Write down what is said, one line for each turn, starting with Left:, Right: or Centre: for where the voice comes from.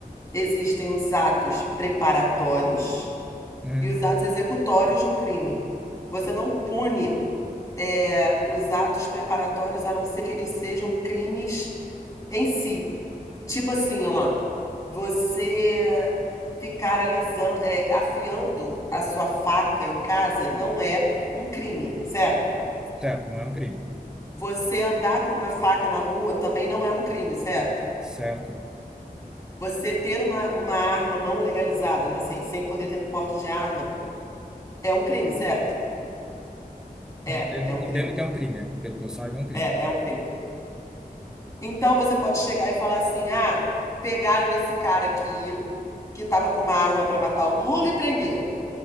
Left: Existem os atos preparatórios
Centre: Uhum.
Left: e os atos executórios de um crime. Você não pune, é, os atos preparatórios a não ser que eles sejam crimes em si. Tipo assim, ó, você ficar alisando, é, afiando a sua faca em casa não é um crime, certo?
Centre: Certo, não é um crime.
Left: Você andar com uma faca na rua também não é um crime, certo?
Centre: Certo?
Left: Você ter uma, uma arma não legalizada, né, sem, sem poder ter porte de arma É um crime, certo?
Centre: Entendo,
Left: É, é um
Centre: entendo
Left: crime.
Centre: que é um crime, é. Pelo que eu saiba, é um crime.
Left: É, é um crime. Então você pode chegar e falar assim: ah, pegaram esse cara aqui que tava com uma arma para matar o Lula e prenderam.